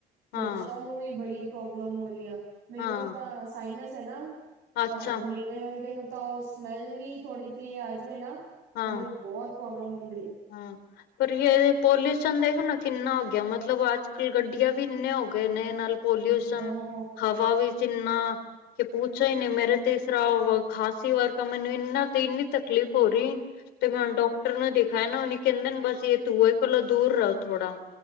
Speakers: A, on the right (about 80°); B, on the left (about 90°).
A: ਬੱਚਿਆਂ
B: ਹਾਂ
A: ਨੂੰ ਵੀ ਬੜੀ ਪ੍ਰੋਬਲਮ ਹੋ ਰਹੀ ਆ ਮੈਨੂੰ
B: ਹਾਂ
A: ਤਾਂ ਸਾਇਨਸ ਹੈ, ਨਾ
B: ਅੱਛਾ
A: ਤਾਂ ਮੇ ਵਰਗੇ ਨੂੰ ਤਾਂ ਉਹ ਸਮੈਲ ਵੀ ਥੋੜੀ ਜਿਹੀ ਆ ਜਾਵੇ ਨਾ
B: ਹਾਂ
A: ਮੈਨੂੰ ਬਹੁਤ ਪ੍ਰੋਬਲਮ ਹੁੰਦੀ।
B: ਹਾਂ, ਪਰ ਪੋਲਿਊਸ਼ਨ ਦੇਖ ਨਾ ਕਿੰਨਾ ਹੋ, ਗਿਆ ਮਤਲਬ ਅੱਜ ਕਲ ਗੱਡੀਆਂ ਵੀ ਇੰਨੇ ਹੋ। ਨੇ ਨਾਲ ਪੋਲਿਊਸ਼ਨ
A: ਹੋ
B: ਹਵਾ ਵੀ ਇੰਨਾਂ ਕਿ ਪੱਛਾ ਹੀ ਨਹੀਂ ਮੇਰਾ ਤੇ ਇਸ ਤਰ ਖਾਸੀ ਵਰਗਾ ਮੈਨੂੰ ਇਨਾ ਤੇ ਇੰਨੀ ਤਕਲੀਫ਼ ਹੋ ਰਹੀ। ਤੇ ਮੈਂ ਹੁਣ ਡਾਕਟਰ ਨੂੰ ਦਿਖਾਇਆ ਨਾ, ਉਹਨ ਕਹਿੰਦੇ ਬਸ ਇਹ ਤੂੰਏ ਕੋਲੋਂ ਦੂਰ ਰਹੋ ਥੋੜਾ।